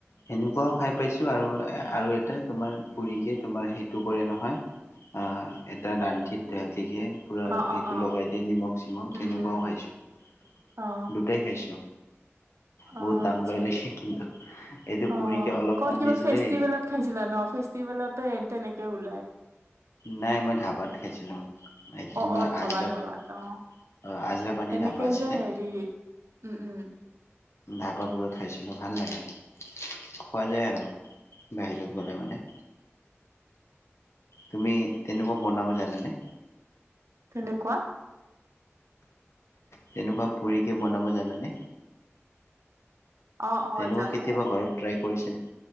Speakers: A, on the left (about 70°); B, on the right (about 80°).
A: সেনুকাও খাই পাইছো আৰু আৰু এটা তোমাৰ পুৰিকে তোমাৰ সেইটো কৰে নহয় আহ এটা দানঠিত গতিকে পুৰা
B: অ অ
A: এইটো
B: অ
A: লগাই দিয়ে নিমখ চিমখ
B: উম
A: তেনেকুৱাও
B: উম
A: খাইছো
B: অ
A: দুটাই খাইছো বহুত
B: অ
A: দাম
B: আচ্ছা
A: লয় নেকি কিন্তু এইটো
B: অ
A: পুৰিকে অলপমান
B: ক'ত কিবা
A: দিছিলে
B: ফেষ্টিভেলত
A: এইটো
B: খাইছিলা ন ফেষ্টিভেলতে এ এনেকে ওলায়
A: নাই মই ধাবাত খাইছিলো এইটো
B: অ
A: তোমাৰ
B: অ ধাবা
A: আজৰা
B: ধাবাত
A: পানী
B: অ
A: অ আজৰা পানী
B: এনেকে
A: ধাবা আছিলে
B: যে হেৰি উম উম
A: ধাবাবোৰত খাইছিলোঁ ভাল লাগে খোৱা যায় আৰু বাহিৰত গ'লে মানে তুমি তেনেকুৱা বনাব জানানে?
B: কেনেকুৱা
A: তেনেকুৱা পুৰিকে বনাব জানেনে?
B: অ অ
A: তেনেকুৱা
B: জানো
A: কেতিয়াবা ঘৰত ট্ৰাই কৰিছে নে,